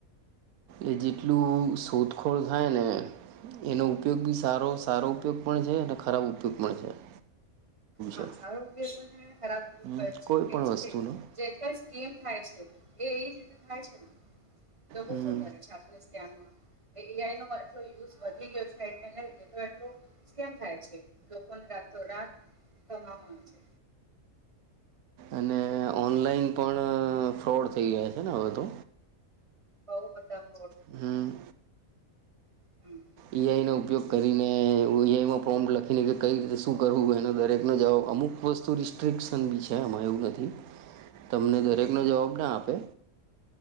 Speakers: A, on the right; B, on the right.
A: એ જેટલું શોધખોળ થાય ને એનો ઉપયોગ બી સારો સારો ઉપયોગ પણ છે, અને ખરાબ ઉપયોગ પણ છે. <inaudible>
B: હા
A: છે
B: સારો ઉપયોગ પણ છે, ખરાબ
A: હમ
B: ઉપયોગ
A: કોઈ પણ વસ્તુનો
B: છે, જે કસ સ્કીમ થાય છે. એ એ જ રીતે થાય છે લોકો
A: હમ
B: શું કરે છે આજકાલ સેક્મમાં. એ. આઈ. નો એટલો યુઝ વધી ગયો છે એટએલ એના લીધે તો એટલો સ્કેમ થાય છે લોકોન જા રાતો રાત કમાવાનું છે.
A: અને ઓનલાઈન પણ ફ્રોડ થઈ ગયા છે ને હવે તો.
B: બઉ બધા.
A: હમ્મ.
B: હમ્મ.
A: એ. આઈ. નો ઉપયોગ કરીને એ. આઈ. માં પોમ્પ લખીને કે કઈ રીતે શું કરવું એનો દરેકનો જવાબ અમુક વસ્તુ રિસ્ટ્રિકશન બી છે. છે એમાં એવું નથી તમને દરેકનો જવાબ ના આપે.